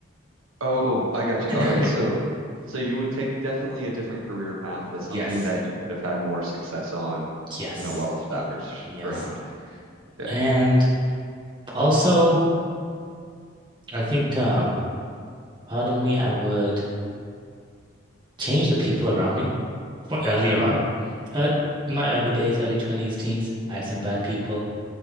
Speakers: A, on the right; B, on the right.
A: Oh, I got
B: <laughs>
A: you. All right. So,
B: Y-
A: so you would take definitely a different career path, but something
B: Yes,
A: that you could have had more success on
B: yes,
A: in a well-established
B: yes.
A: ground. Okay.
B: And also, I think um, Pardon me, I would change the people around me for earlier on. Uh, in my early days, early 20s, teens, I had some bad people.